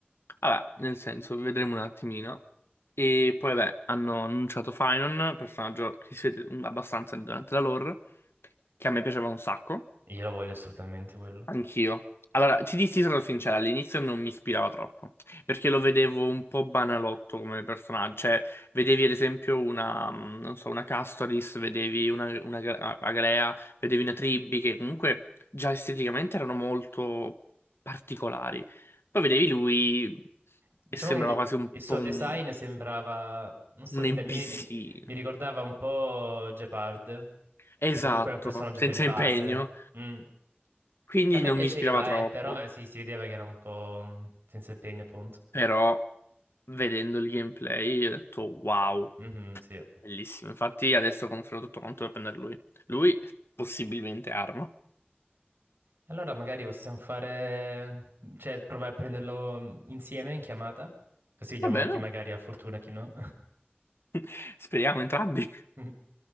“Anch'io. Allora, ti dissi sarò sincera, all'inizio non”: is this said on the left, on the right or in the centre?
Left